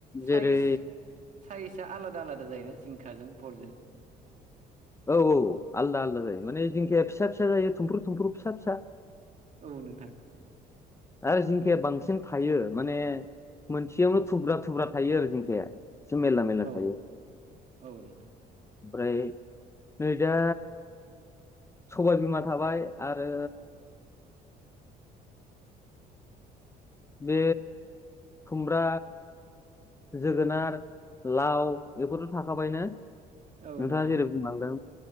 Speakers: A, on the left; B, on the right.
A: जेरै
B: साइज साइसआ आलादा आलादा जायोना जिंखाजों भलजों?
A: औ औ आलदा आलदा जायो माने जिंखिया फिसा फिसा जायो थुमफ्रु थुमफ्रु फिसा फिसा।
B: औ नोंथां।
A: आरो जिंखिया बांसिन थायो माने मोनसेयावनो थुब्रा थुब्रा थायो आरो जिंखाया। <unintelligible> मेरला मेरला
B: औ
A: थायो। ओमफ्राय
B: औ नोंथां
A: नै दा सबाय बिमा थाबाय आरो बे खुमब्रा जोगोनार लाव बेफोरथ' थाखाबायनो
B: औ
A: नोंथाङा
B: नोंथां
A: जेरै बुंलांदों